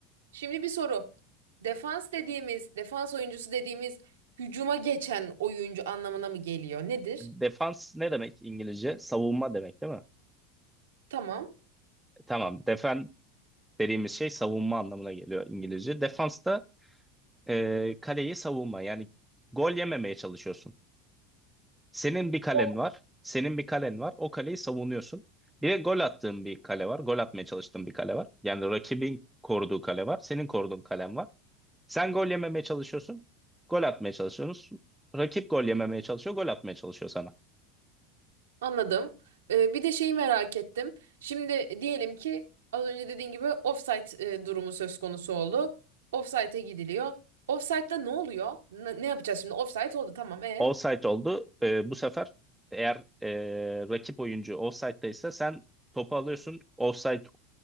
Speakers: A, on the right; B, in the centre.
A: Şimdi bir soru. Defans dediğimiz, defans oyuncusu dediğimiz hücuma geçen oyuncu anlamına mı geliyor? Nedir?
B: Defans ne demek İngilizce? Savunma demek değil mi?
A: Tamam.
B: E, Tamam. Defen dediğimiz şey savunma anlamına geliyor İngilizce. Defans da e, kaleyi savunma. Yani gol yememeye çalışıyorsun. Senin bir kalen
A: O
B: var. Senin bir kalen var. O kaleyi savunuyorsun. Bir de gol attığın bir kale var. Gol atmaya çalıştığın bir kale var. Yani rakibin koruduğu kale var. Senin koruduğun kalen var. Sen gol yememeye çalışıyorsun. Gol atmaya çalışıyorsun. Rakip gol yememeye çalışıyor. Gol atmaya çalışıyor sana.
A: anladım. Ee, bir de şeyi merak ettim. Şimdi diyelim ki az önce dediğin gibi offside e, durumu söz konusu oldu. Offside'e gidiliyor. Offside'da ne oluyor? Ne, ne yapacağız şimdi? Offside oldu tamam. E
B: Offside oldu. Ee, bu sefer eğer e, rakip oyuncu offside'daysa sen topu alıyorsun. Offside